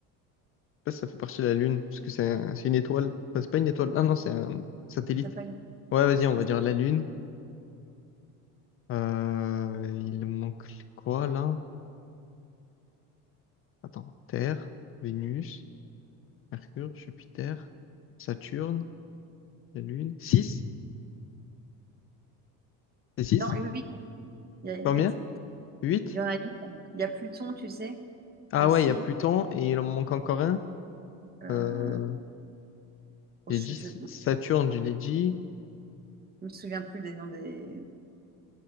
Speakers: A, on the left; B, on the right.
A: pas si ça fait partie de la Lune, parce que c'est un- c'est une étoile. Enfin, c'est pas une étoile. Non, non, c'est un satellite.
B: Ça peut être-
A: Ouais, vas-y,
B: ça-
A: on va dire la Lune. Euh, il manque quoi là? Attends. Terre, Vénus, Mercure, Jupiter, Saturne, la Lune. Six C'est six
B: Non, huit Il y a huit
A: Combien? 8.
B: Il y en a huit Il y a Pluton, tu sais,
A: Ah
B: aussi.
A: ouais, il y a Pluton et il en manque encore un.
B: Euh,
A: Euh, j'ai
B: je
A: dit S-
B: sais-
A: Saturne, je l'ai dit.
B: Je me souviens plus des noms des,